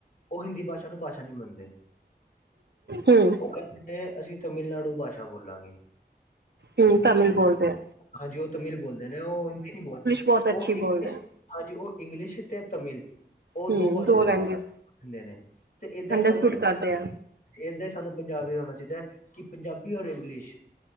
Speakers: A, on the left; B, on the right.
A: ਉਹ ਹਿੰਦੀ ਭਾਸ਼ਾ ਨੂੰ ਭਾਸ਼ਾ ਨਹੀਂ ਮੰਨਦੇ।
B: ਹਮ
A: ਉਹ ਕਹਿੰਦੇ ਨੇ ਅਸੀਂ ਤਾਮਿਲਨਾਡੂ ਭਾਸ਼ਾ ਬੋਲਾਂਗੇ।
B: ਹਮ ਤਮਿਲ ਬੋਲਦੇ ਆ।
A: ਹਾਂਜੀ ਉਹ ਤਮਿਲ ਬੋਲਦੇ ਨੇ ਉਹ ਹਿੰਦੀ ਨਹੀਂ ਬੋਲਦੇ
B: ਬਹੁਤ ਅੱਛੀ
A: ਉਹ ਇੰਗਲਿਸ਼
B: ਬੋਲਦੇ ਹੈ
A: ਹਾਂਜੀ ਉਹ ਇੰਗਲਿਸ਼ ਤੇ ਤਮਿਲ। ਉਹ ਦੋ
B: ਹਮ
A: ਭਾਸ਼ਾ
B: ਲੈਂਗੁਏਜ
A: ਦਿੰਦੇ ਨੇ ਤੇ ਏਦਾਂ
B: ਅੰਡਰਸਟੂਡ
A: ਹੀ ਸਾਨੂੰ
B: ਕਰਦੇ ਆ
A: ਏਦਾਂ ਹੀ ਸਾਨੂੰ ਪੰਜਾਬੀ ਹੋਣਾ ਚਾਹੀਦਾ ਹੈ ਕਿ ਪੰਜਾਬੀ ਔਰ ਇੰਗਲਿਸ਼